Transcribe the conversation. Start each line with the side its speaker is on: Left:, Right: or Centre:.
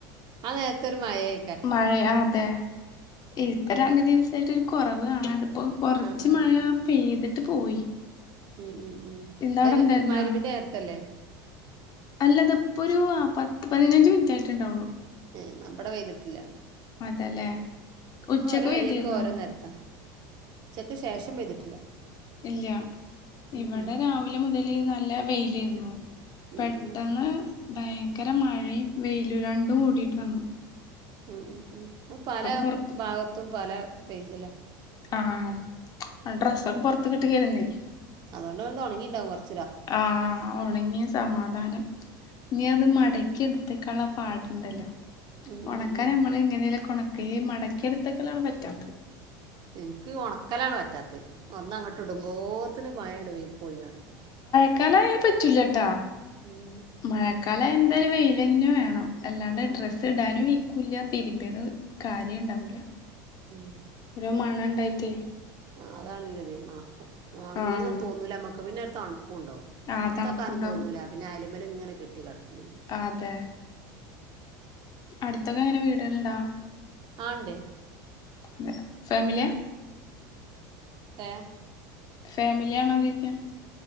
Right: ആ നേരത്തെൊരു മഴയാ
Left: മഴയ അതെ ഇപ്പൊ രണ്ടു ദിവസായിട്ട് ഒരു കൊറവ് കാണാണ്ട് ഇപ്പോ കുറച്ച്
Right: ആ ആ
Left: മഴ പെയ്തിട്ട് പോയി
Right: ഉംഹ് ഉംഹ് ഉംഹ്
Left: ഇന്നവിടെ
Right: അഹ് ര്
Left: ഇണ്ടായിരുന്നാ
Right: മഹ് രിബിന്റെ നേരത്തല്ലേ
Left: അല്ല തിപ്പൊരു ആഹ് പത്ത് പതിനഞ്ച് മിനിറ്റ് ആയിട്ട് ഇണ്ടാവൊള്ളൂ
Right: ഏഹ് ന്നാ ബടെ പെയ്തിട്ടില്ല.
Left: അതെല്ലേ
Right: എന്നും
Left: ഉച്ചക്ക്
Right: ഓരോ
Left: പെയ്തിരുന്നോ
Right: ഏരിയേക്ക് ഓരോ നേരത്താ. ഉച്ചക്ക് ശേഷം പെയ്തിട്ടില്ല.
Left: ഇല്ല
Right: ഉം
Left: ഇവിടെ രാവിലെ മുതല് നല്ല വെയിലേയിരുന്നു
Right: ഉം
Left: പെട്ടെന്ന്
Right: ഉം
Left: ഭയങ്കര മഴയും വെയിലും രണ്ടും കൂടിയിട്ട് വന്ന്.
Right: ഉം ഉം ഉം പല
Left: പുറത്ത്
Right: ഭാഗത്തും പല പേജല്ലേ
Left: ആഹ് ഡ്രസ്സൊക്കെ പൊറത്ത് കിട്ടുകരുന്നേ
Right: അതോണ്ട്ങ്ങൾതൊണങ്ങിണ്ടാവും കൊർച്ച്
Left: ആഹ് ഒണങ്ങിയ സമാധാനം ഇനി അത് മടക്കി ഇടുത്ത്ക്കാനുള്ള പാടുണ്ടല്ലോ
Right: ഉം
Left: ഒണക്കാൻ
Right: ഉം ഉം
Left: നമ്മള് എങ്ങനെലും കൊണക്ക മടക്കിയെടുത്തെക്കലൊക്കെ പറ്റൊ
Right: ഇന്ക് ഒണക്കലാണ് പറ്റാത്തത് ഒന്ന് അങ്ങോട്ട് ഇടുമ്പോത്തിന് മായേണ്ട് പൊളിഞാടും
Left: മഴക്കാലയാ പറ്റൂല ട്ടാ
Right: ഉം
Left: മഴക്കാലയാ എന്തായാലും വെയിലന്നെ വേണം അല്ലാണ്ടെ
Right: ആഹ്
Left: ഡ്രസ്സ്
Right: ആഹ്
Left: ഇടാനും വെയ്ക്കൂല്ല തിരുമ്പേന്ന് കാരിയേ ഇണ്ടാവൂല
Right: ഉം
Left: ഒരു മണ ഇണ്ടായിട്ടേ
Right: ആഹ് താൻല്ലത് മണക്കും ഒണങ്ങിന്നും
Left: ആഹ്
Right: തോന്നൂലമ്മക്ക് പിന്നെടു തണുപ്പുണ്ടാവും
Left: ആ
Right: ഇട്ത്തെക്കാനും
Left: തണുപ്പുണ്ടാവും
Right: തോന്നൂല പിന്നെ അയ്ലുമ്മേൽ ഇങ്ങനെ കെട്ടി കെടക്കും ചെയ്യും
Left: അതെ. അടുത്തൊക്കെങ്ങനെ വീടേള്ണ്ടോ?
Right: ആഹ് ഇണ്ടെയ്.
Left: അതെ. ഫാമിലിയാ?
Right: ഏഹ്
Left: ഫേമിലിയാണോ ചോയ്ക്ക്യ